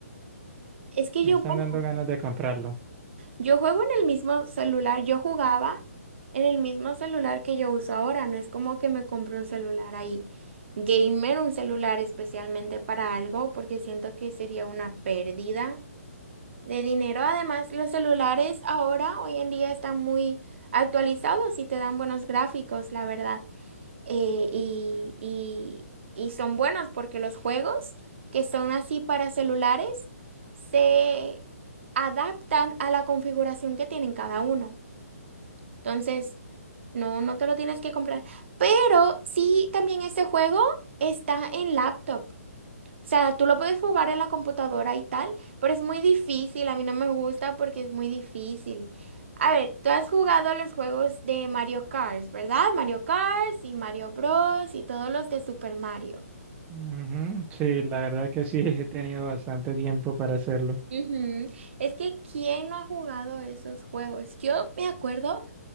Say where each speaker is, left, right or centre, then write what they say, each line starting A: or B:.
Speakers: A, on the right; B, on the right.
A: Es que
B: me
A: yo,
B: están
A: bueno,
B: dando ganas de comprarlo.
A: yo juego en el mismo celular, yo jugaba en el mismo celular que yo uso ahora, no es como que me compré un celular ahí gamer, un celular especialmente para algo, porque siento que sería una pérdida de dinero. Además, los celulares ahora, hoy en día, están muy actualizados y te dan buenos gráficos, la verdad. eh, y, y- y son buenos porque los juegos que son así para celulares se adaptan a la configuración que tienen cada uno. Entonces, no, no te lo tienes que comprar. Pero sí, también este juego está en laptop. O sea, tú lo puedes jugar en la computadora y tal, pero es muy difícil. A mí no me gusta porque es muy difícil. A ver, tú has jugado los juegos de Mario Kart, ¿verdad? Mario Kart y Mario Bros. y todos los de Super Mario.
B: Ujú, Sí, la verdad que sí, <laughs> he tenido bastante tiempo para hacerlo.
A: Ujú. Es que ¿quién no ha jugado esos juegos? Yo me acuerdo